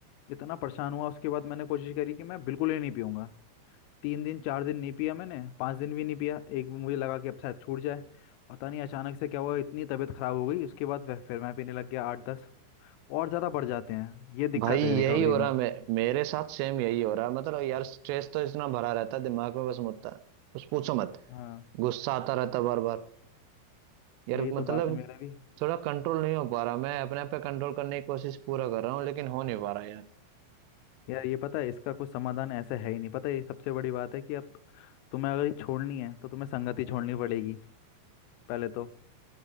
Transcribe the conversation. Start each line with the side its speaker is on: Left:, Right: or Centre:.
Left: इतना परेशान हुआ उसके बाद मैंने कोशिश करी कि मैं बिल्कुल ही नहीं पीऊंगा तीन दिन चार दिन नहीं पिया मैंने पाँच दिन भी नहीं पिया एक मुझे लगा कि अब शायद छूट जाए पता नहीं अचानक से क्या हुआ इतनी तबीयत खराब हो गई उसके बाद फिर फिर मैं पीने लग गया आठ दस और ज़्यादा बढ़ जाते हैं ये दिक्कत
Right: भाई यही
Left: है रिकवरी
Right: हो
Left: में
Right: रहा मे, मेरे साथ सेम यही हो रहा मतलब यार स्ट्रेस तो इतना भरा रहता है दिमाग में बस मुद्दा बस पूछो मत
Left: हाँ
Right: गुस्सा आता रहता बार बार यार
Left: यही
Right: मतलब
Left: तो बात है मेरा भी
Right: थोड़ा कंट्रोल नहीं हो पा रहा मैं अपने आप पे कंट्रोल करने की कोशिश पूरा कर रहा हूँ लेकिन हो नहीं पा रहा यार
Left: यार ये पता है इसका कोई समाधान ऐसा है ही नहीं पता है ये सबसे बड़ी बात है कि अब तुम्हें अगर ये छोड़नी है तो तुम्हें संगति छोड़नी पड़ेगी पहले तो